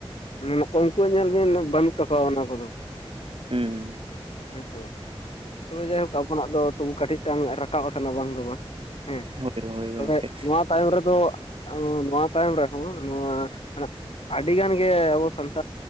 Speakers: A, on the left (about 75°); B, on the right (about 65°).
A: ᱢᱮᱱ ᱩᱱᱠᱩᱣᱟᱜ ᱧᱮᱞ ᱵᱤᱱ ᱵᱟᱹᱱᱩᱜ ᱛᱟᱠᱚᱣᱟ ᱚᱱᱟ ᱠᱚᱫᱚ
B: ᱦᱩᱸᱦᱩᱸ
A: ᱦᱮᱸᱥᱮ ᱵᱟᱝ ᱛᱚᱵᱮ ᱡᱟᱭᱦᱳᱠ ᱟᱵᱚᱱᱟᱜ ᱛᱚᱵᱩ ᱠᱟᱹᱴᱤᱡᱴᱟᱝ ᱨᱟᱠᱟᱵ ᱟᱠᱟᱱᱟ ᱵᱟᱝ ᱫᱚ ᱵᱟᱝ ᱦᱮᱸ
B: ᱦᱳᱭ ᱦᱳᱭ
A: ᱛᱚᱵᱮ
B: ᱜᱚᱝᱠᱮ
A: ᱱᱚᱣᱟ ᱛᱟᱭᱚᱢ ᱨᱮᱫᱚ ᱱᱚᱣᱟ ᱛᱟᱭᱚᱢ ᱨᱮ ᱱᱚᱣᱟ ᱟᱹᱰᱤ ᱜᱟᱱ ᱜᱮ ᱟᱵᱚ ᱥᱛ